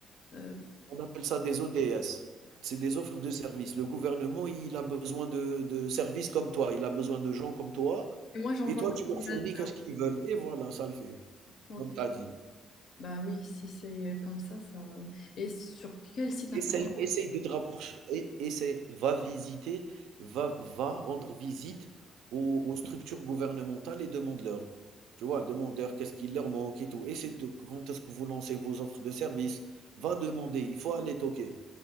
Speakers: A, on the left; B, on the right.
A: euh,
B: On appelle ça des ODS. C'est des offres de services. Le gouvernement, il a besoin de, de services comme toi, il a besoin de gens comme toi
A: et moi j'envoie
B: et toi,
A: ma
B: tu leur
A: candidature.
B: fournis qu'est-ce qu'ils veulent et voilà, ça le fait,
A: Donc,
B: comme tu as dit.
A: bah oui, si c'est comme ça, ça. Et sur quel site
B: Essaye
A: internet?
B: essaye de te rapprocher et essaye va visiter, va va rendre visite aux aux structures gouvernementales et demande-leur. Tu vois? Demande-leur qu'est-ce qu'il leur manque et tout. Essaye de quand est-ce que vous lancez vos offres de services? Va demander, il faut aller toquer.